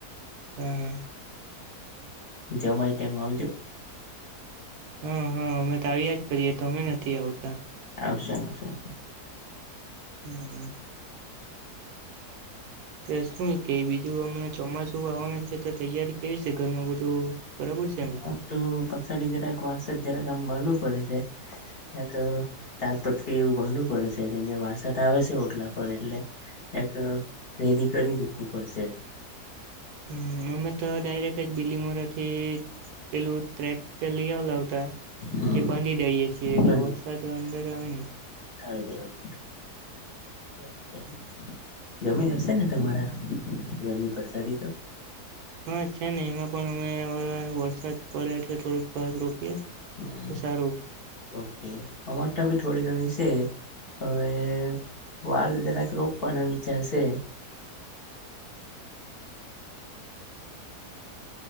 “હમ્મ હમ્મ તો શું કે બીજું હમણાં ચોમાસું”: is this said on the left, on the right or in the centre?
Right